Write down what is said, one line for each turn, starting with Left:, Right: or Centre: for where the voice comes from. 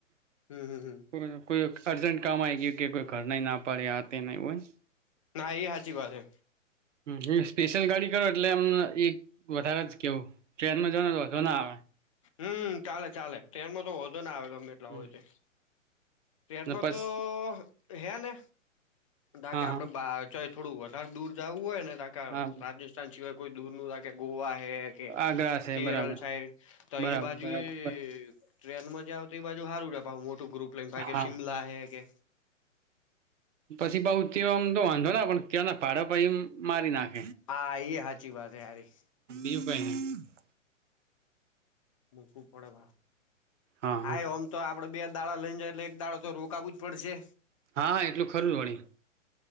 Left: હમ હમ હમ
Right: કો કોઈ અર્જેન્ટ કામ આઈ ગીયુ કે કો ઘરનાયે ના પાડે આ તેમ એવુ હોય
Left: ના એ હાચી વાત હે.
Right: હમ સ્પેશિયલ ગાડી કરો એટલે એમ એક વધારે જ કેવું ટ્રેનમાં જવાનું વાધો ના આવે.
Left: હમ ચાલે ચાલે ટ્રેનમાં તો વધો ના આવે ગમે એટલા
Right: હમ
Left: હોય તોય. ટ્રેનમાં
Right: ને પસ
Left: તો હે ને બા
Right: હા
Left: કે આપડે
Right: હા
Left: બાર ચ થોડું વધારે દૂર જાવું હોય ને કાકા
Right: હા
Left: રાજસ્થાન સિવાય કોઈ દૂર નું લાગે ગોવા કે કે
Right: આગ્રા છે
Left: કેરલ
Right: બરાબર
Left: સાઈડ તો
Right: બરાબર
Left: એ બાજુ
Right: બરાબર
Left: એ ટ્રેનમાં જાવ તો એ બાજુ હારું રે પાહુ મોટું ગ્રુપ લઈને બાકી
Right: હા
Left: શિમલા હે કે
Right: પછી પાઉ તે આમ તો વાંધો ના પણ ત્યાંના ભાડા પહી મારી નાખે.
Left: હા! એ હાચી વાત હે હારી.
Right: એ ઉપાયને <unintelligible>
Left: મુકુ પડવા
Right: હા હા
Left: આઈ ઓમ તો આપ આપડે બેજ દારા લઈને જાય એટલે એક દારો તો રોકાવવું જ પડશે.
Right: હા હા, એટલું ખરું જ વરી.